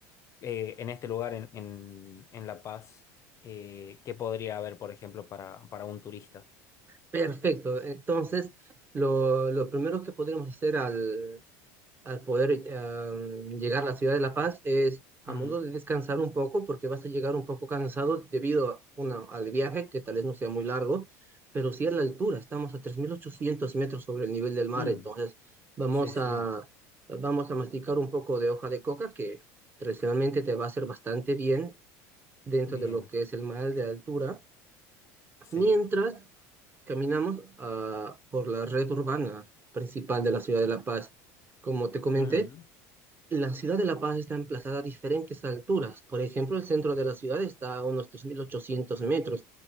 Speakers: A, on the left (about 40°); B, on the right (about 25°).
A: Eh, en este lugar, en, en, en La Paz, eh, ¿qué podría haber, por ejemplo, para, para un turista?
B: Perfecto. Entonces, lo, lo primero que podremos hacer al al poder eh, llegar a la ciudad de La Paz es a
A: Ujú.
B: modo de descansar un poco, porque vas a llegar un poco cansado debido a una, al viaje, que tal vez no sea muy largo, pero sí a la altura, estamos a 3.800 metros sobre el nivel del mar,
A: Mm,
B: entonces vamos
A: sí, sí.
B: a, vamos a masticar un poco de hoja de coca que tradicionalmente te va a hacer bastante bien dentro
A: Bien,
B: de lo que es el mal de altura,
A: sí.
B: mientras caminamos ah, por la red urbana principal de la ciudad de La Paz. Como te comenté,
A: Ujú.
B: la ciudad de La Paz está emplazada a diferentes alturas. Por ejemplo, el centro de la ciudad está a unos 3.800 metros,